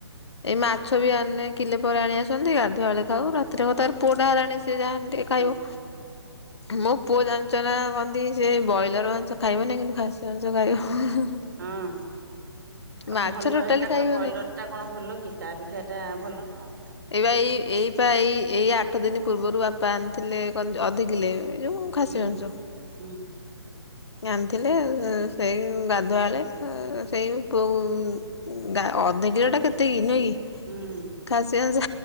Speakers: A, on the left (about 70°); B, on the right (about 50°).
A: ଏଇ ମାଛ ବି ଆଣିଲେ କିଲେ ପରେ ଆଣି ଆସନ୍ତି ଗାଧୁଆ ବେଳେ ଖାଉ ରାତିରେ ହବ ତାର ପୁଅ ଟା ହେଲାଣି ସିଏ ଯାହା ହେଲେ ଟିକେ ଖାଇବ
B: ଆଉ
A: ମୋ ପୁଅ ଜାଣିଛ ନା କନ୍ତି ସେ ବ୍ରଏଲର ମା ସେ ଖାଇବ ନାଇଁ କିନ୍ତୁ ଖାଷୀ ମାଂସ ଖାଇବ ହଁ ହଁ
B: ହଁ। ଭଲ
A: ମାଛ ଟୋଟାଳି
B: ହେଟା କଣ
A: ଖାଇବନି
B: ବ୍ରଏଲର ଟା କଣ ଭଲ କି ତା ଅପେକ୍ଷା ଏଟା ଭଲ ନାଉ
A: ଏଇ ବା ଏଇ ଏଇପା ଏଇ ଏଇ ଆଠ ଦିନ ପୂର୍ବରୁ ବାପା ଆଣିଥିଲେ ଏ କନ୍ ଅଧିକିଲେ ଏ ଯୋଉ ଖାସି
B: ହୁଁ।
A: ମାଂସ
B: ହୁଁ।
A: ଆଣିଥିଲେ ସେଇ ଗାଧୁଆବେଳେ ଉ ସେଇ ପୁଅ କୁ ଉ ଗା ଅଧ କିଲୋଟା କେତେ କି ନୁହେଁ କି
B: ହୁଁ ହଁ
A: ଖାଷୀ ମାଂସ